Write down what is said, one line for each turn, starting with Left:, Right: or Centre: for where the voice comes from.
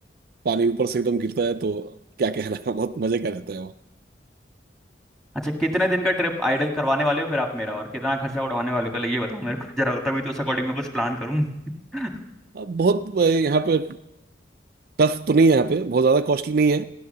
Right: पानी ऊपर से एकदम गिरता है तो क्या कहना है <laughs> बहुत मजे का रहता है वो
Centre: अच्छा कितने दिन का ट्रिप आइडल करवाने वाले हो फिर आप मेरा और कितना खर्चा उड़वाने वाले हो पहले ये बताओ मेरे को जरा तभी तो उस अकॉर्डिंग मैं कुछ प्लान करूँ <laughs>
Right: अब बहुत अ, यहाँ पे टफ तो नहीं है यहाँ पे बहुत ज़्यादा कॉस्टली नहीं है